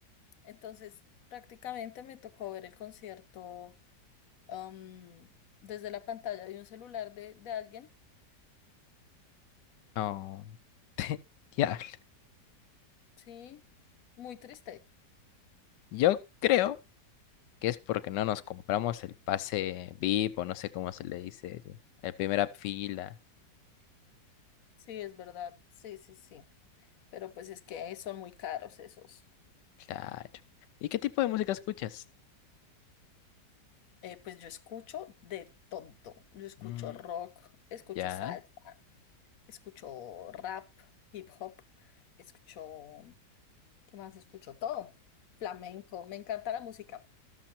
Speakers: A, on the left; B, on the left.
A: Entonces, prácticamente me tocó ver el concierto am, desde la pantalla de un celular de, de alguien,
B: no, ya.
A: sí, muy triste.
B: Yo creo. que es porque no nos compramos el pase VIP o no sé cómo se le dice, el, el primera fila.
A: Sí, es verdad, sí, sí, sí, pero pues es que son muy caros esos.
B: Claro. ¿Y qué tipo de música escuchas?
A: Eh, pues yo escucho de todo. Yo escucho
B: Mm,
A: rock, escucho
B: ya,
A: salsa, escucho rap, hip hop, escucho, ¿qué más? Escucho todo. Flamenco, me encanta la música.